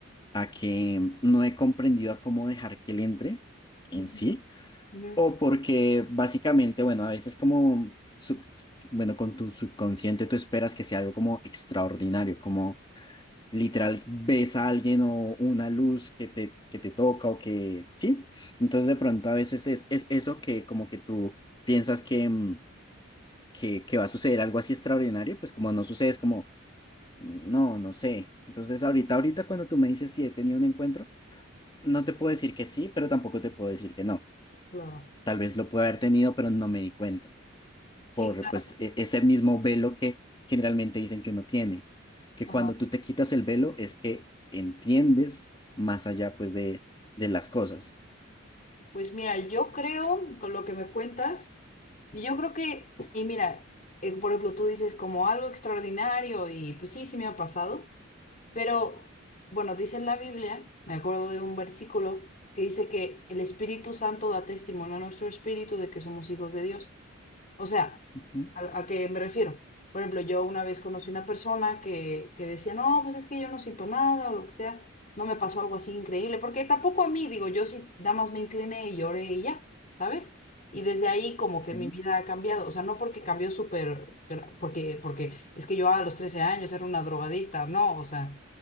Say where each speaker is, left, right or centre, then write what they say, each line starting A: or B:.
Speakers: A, on the left; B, on the left.
A: a que no he comprendido a cómo dejar que él entre en
B: Ujú,
A: sí,
B: ujú,
A: o porque básicamente, bueno, a veces como, sub- bueno, con tu subconsciente tú esperas que sea algo como extraordinario, como literal ves a alguien o una luz que te, que te toca o que, sí, entonces de pronto a veces es, es eso que como que tú piensas que, mm, que, que va a suceder algo así extraordinario, pues como no sucede es como, "Mm, no, no sé. Entonces ahorita, ahorita cuando tú me dices si he tenido un encuentro, no te puedo decir que sí, pero tampoco te puedo decir que no.
B: Claro.
A: Tal vez lo pueda haber tenido, pero no me di cuenta
B: Sí,
A: por
B: claro.
A: pues e- ese mismo velo que generalmente dicen que uno tiene, que
B: Ajá.
A: cuando tú te quitas el velo es que entiendes más allá pues de, de las cosas.
B: Pues mira, yo creo, con lo que me cuentas, y yo creo que, y mira, eh, por ejemplo, tú dices como algo extraordinario y pues sí, sí me ha pasado, pero bueno, dice en la Biblia, me acuerdo de un versículo que dice que el Espíritu Santo da testimonio a nuestro espíritu de que somos hijos de Dios. O sea,
A: Ujú,
B: ¿a, a qué me refiero? Por ejemplo, yo una vez conocí una persona que, que decía, no, pues es que yo no siento nada o lo que sea, no me pasó algo así increíble, porque tampoco a mí, digo, yo sí, nada más me incliné y lloré y ya, ¿sabes? Y desde ahí como
A: Sí.
B: que mi vida ha cambiado, o sea, no porque cambió súper, gra- porque, porque es que yo a los 13 años era una drogadicta, no, o sea,